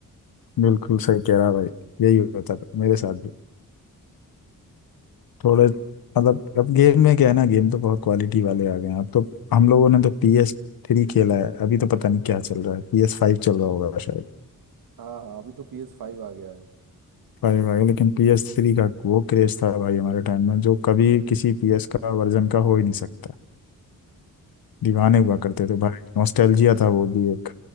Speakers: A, on the left (about 80°); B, on the right (about 80°).
A: बिल्कुल सही कह रहा भाई यही होता था मेरे साथ भी थोड़े मतलब अब गेम में क्या है ना गेम तो बहुत क्वालिटी वाले आ गए हैं अब तो हम लोगों ने तो पी एस थ्री खेला है अभी तो पता नहीं क्या चल रहा है पी एस फाइव चल रहा होगा शायद
B: हाँ हाँ अभी तो पी एस फाइव आ गया है
A: फाइव भाई लेकिन पी एस थ्री का वो क्रेज था भाई हमारे टाइम में जो कभी किसी पी एस का वर्जन का हो ही नहीं सकता दीवाने
B: हाँ
A: हुआ
B: बिल्कुल
A: करते थे भाई नॉस्टैल्जिया था वो भी एक